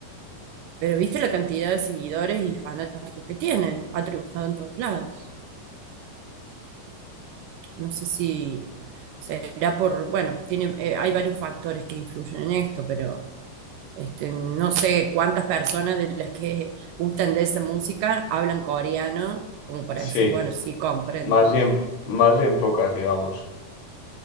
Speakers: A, on the right; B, on the left.
A: Pero viste la cantidad de seguidores y fanáticos que tiene, ha triunfado en todos lados. No sé si será por, bueno, tiene, eh, hay varios factores que influyen en esto, pero este, no sé cuántas personas de las que gustan de esa música hablan coreano, como para
B: Sí,
A: decir, bueno, sí, comprendo,
B: más
A: ¿viste?
B: bien, más bien pocas, digamos.